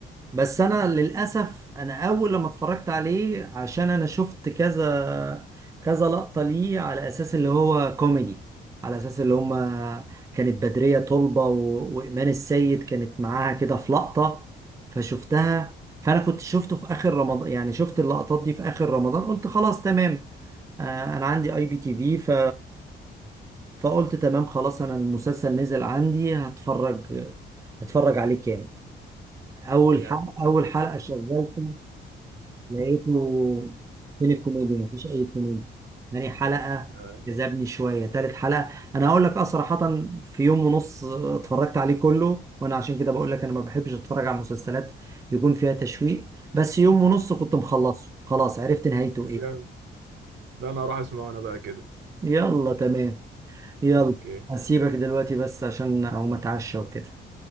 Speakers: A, on the right; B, on the right.
A: بس انا للاسف انا اول لما اتفرجت عليه عشان انا شفت كذا كذا لقطة ليه على اساس اللي هو كوميدي على اساس اللي هما كانت بدرية طلبة و- وايمان السيد كانت معاها كده في لقطة فشفتها فانا كنت شفته في اخر رمضان يعني شفت اللقطات دي في اخر رمضان قلت خلاص تمام آه، انا عندي اي بي تي في ف فقلت تمام خلاص انا المسلسل نزل عندي هتفرج هتفرج عليه كامل اول
B: جامد
A: حلقه اول حلقه شغلته لقيته فين الكوميديا مفيش اي كوميديا تاني حلقه
B: تمام
A: جذبني شويه تالت حلقه انا هقول لك اه صراحه في يوم ونص اتفرجت عليه كله وانا عشان كده بقول لك انا ما بحبش اتفرج على مسلسلات يكون فيها تشويق بس يوم ونص كنت مخلصه خلاص عرفت نهايته ايه
B: جامد ده انا هروح اسمعه انا بقى كده
A: يلا تمام يلا
B: اوكي
A: هسيبك دلوقتي بس عشان اقوم اتعشى وكده